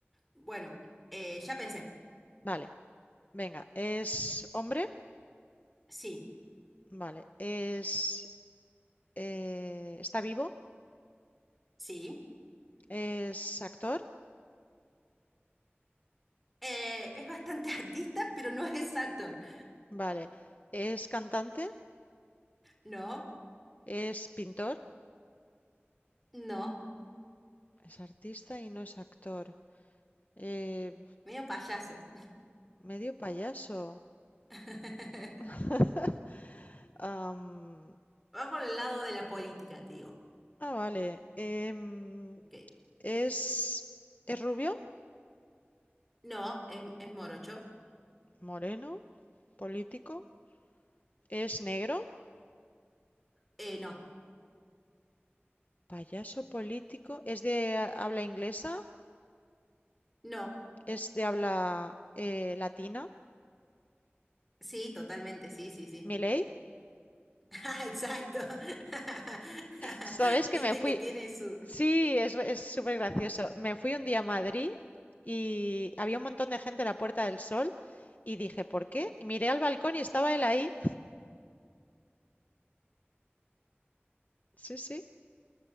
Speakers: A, in the centre; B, on the left.
A: Bueno, eh, ya pensé.
B: Vale. Venga, ¿es hombre?
A: Sí,
B: Vale. ¿Es, eh, está vivo?
A: sí.
B: ¿Es actor?
A: Eh, es bastante <laughs> artista, pero no es actor. <laughs>
B: Vale. ¿Es cantante?
A: No,
B: ¿Es pintor?
A: no,
B: Es artista y no es actor. Eh,
A: medio payaso.
B: medio payaso.
A: <laughs>
B: <laughs> Am,
A: Va por el lado de la política, te digo.
B: ah, vale. Em,
A: Ok.
B: ¿es, es rubio?
A: No, es, es morocho.
B: ¿Moreno? ¿Político? ¿Es negro?
A: Eh, no,
B: ¿Payaso político? ¿Es de habla inglesa?
A: no.
B: ¿Es de habla eh, latina?
A: Sí, totalmente, sí, sí, sí.
B: ¿Miley?
A: <laughs> Exacto. <laughs>
B: ¿Sabes que
A: Viste
B: me fui?
A: que tiene su...
B: Sí, es, es súper gracioso. Me fui un día a Madrid y había un montón de gente en la Puerta del Sol y dije, ¿por qué? Y miré al balcón y estaba él ahí. Sí, sí,